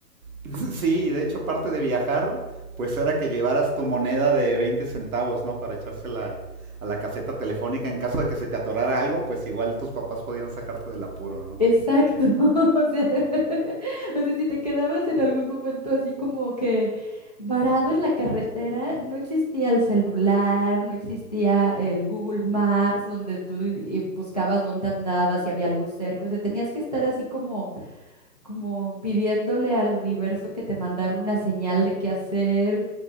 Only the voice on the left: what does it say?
Exacto, <laughs> o sea, <laughs> o sea, si te quedabas en algún momento así como que varado en la carretera, no existía el celular, no existía el Google Maps donde tú y buscabas dónde andabas, si había algo cerca, o sea, tenías que estar así como, como pidiéndole al universo que te mandara una señal de qué hacer,